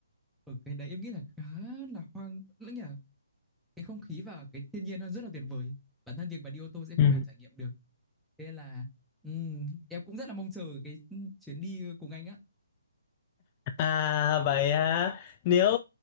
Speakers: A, in the centre; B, on the left.
A: Ở cái đấy em nghĩ là khá là hoang lãng nhỉ cái không khí và cái thiên nhiên nó rất là tuyệt vời bản thân việc mà đi ô tô sẽ không
B: Ừ.
A: thể trải nghiệm được thế nên là ừm, em cũng rất là mong chờ cái chuyến đi cùng anh á
B: À vậy à nếu